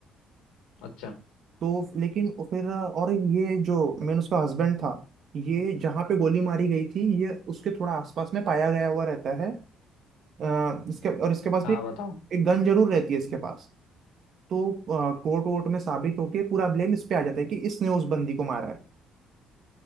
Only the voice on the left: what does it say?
अच्छा
हाँ
बताओ